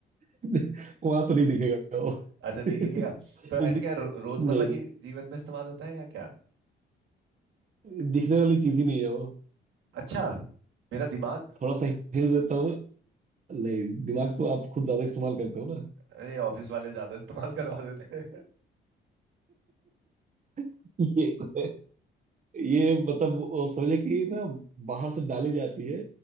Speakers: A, on the right; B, on the right.
A: <laughs> वहां तो नहीं दिखेगा वो
B: अच्छा
A: <laughs>
B: नहीं
A: ये
B: दिखेगा तो ऐसे
A: दि-
B: क्या रो, रोजमर्रा
A: नहीं
B: की
A: नहीं
B: जीवन में इस्तेमाल होता है या क्या
A: ये दिखने वाली चीज ही नहीं है वो
B: अच्छा मेरा दिमाग
A: थोड़ा सा हिल देता हूँ नहीं दिमाग तो आप खुद ज्यादा इस्तेमाल करते हो ना
B: अरे ऑफिस वाले ज्यादा इस्तेमाल करवा देते
A: <laughs> ये तो है ये मतलब वो समझे कि ना बाहर से डाली जाती है